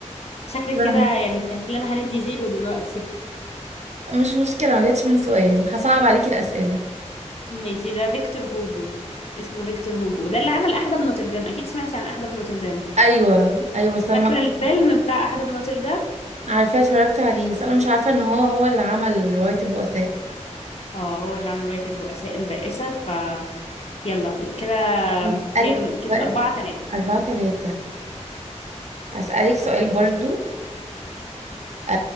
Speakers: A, on the left (about 60°); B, on the right (about 65°).
A: شكلك
B: شكراً.
A: كده يعني شايف لنا هندي زيرو دلوقتي
B: مش مشكلة ما جاتش من سؤال هصعب عليكي الأسئلة
A: <laughs> ماشي ده فيكتور هوجو اسمه فيكتور هوجو ده اللي عمل أحدب نوتردام أكيد سمعتي عن أحدب نوتردام
B: أيوة أيوة بس أنا
A: فاكرة
B: ما-
A: الفيلم بتاع أحدب نوتردام
B: عارفاه اتفرجت عليه بس أنا مش عارفة إن هو هو اللي عمل رواية البؤساء
A: اه هو اللي عمل رواية البؤساء البائسة ف يلا كده
B: هسألك
A: كام كده
B: دلوقتي
A: أربعة تلاتة
B: أربعة تلاتة هسألك سؤال برضو آه